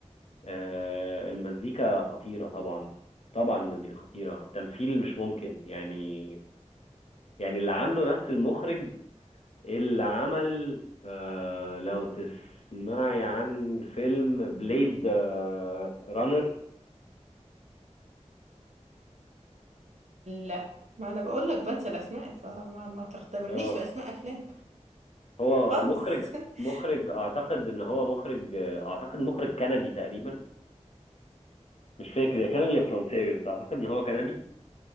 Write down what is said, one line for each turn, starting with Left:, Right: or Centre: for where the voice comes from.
Left: آه، المزيكا خطيرة طبعا طبعا المزيكا خطيرة التمثيل مش ممكن يعني يعني اللي عامله نفس المخرج اللي عمل آه لو تسمعي عن فيلم بليد آه رانر
Right: لا ما أنا بقول لك بنسى الأسماء فما ما تختبرنيش
Left: اه
Right: في أسماء أفلام
Left: هو
Right: خالص
Left: مخرج
Right: <laughs>
Left: مخرج اعتقد ان هو مخرج آه، اعتقد مخرج كندي تقريبا مش فاكر يا كندي يا فرنساوي بس اعتقد ان هو كندي